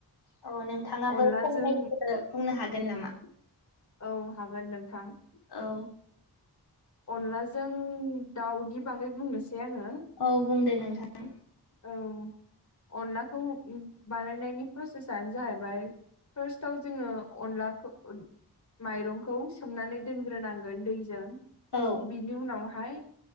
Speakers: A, on the left (about 70°); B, on the left (about 45°).
A: औ नोंथाङाबो
B: अनलाजों
A: फंनैसो बुंनो हागोन नामा
B: औ हागोन नोंथां
A: औ
B: अनलाजों दाउनि बागै बुंनोसै आङो
A: औ बुंदे नोंथां
B: औ अनलाखौ बानायनायनि प्रसेसानो जाहैबाय फार्स्टआव जोङो अनलाखौ माइरंखौ सोमनानै दोनग्रोनांगोन दैजों
A: औ
B: बिनि उनावहाय